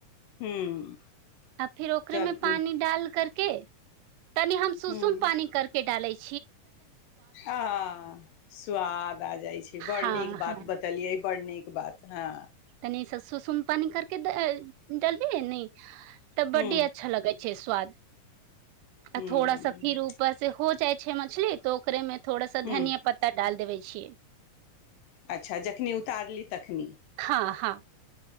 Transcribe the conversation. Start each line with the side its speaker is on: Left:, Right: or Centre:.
Left: हूँ
Right: आ फिर ओकरे
Left: तब
Right: मे पानी डाल करके तनी हम सुसुम
Left: हूँ
Right: पानी कर के डाले छी
Left: आ स्वाद आ जाइ छै बड़
Right: हँ
Left: नीक बात
Right: हँ
Left: बतलियै बड़ नीक बात हँ
Right: नी स सुसम पानी करके जलबी न कबड्डी
Left: हूँ
Right: अच्छा लगे छै छै स्वाद
Left: हूँ
Right: आ थोड़ा
Left: हूँ
Right: सा फिर ऊपर से हो जाइ छै मछली तऽ ओकरे मे थोड़ा साा
Left: हूँ
Right: धनिया पता डाल देबे छियै
Left: अच्छा जखनि उतारली तखनि
Right: हँ हँ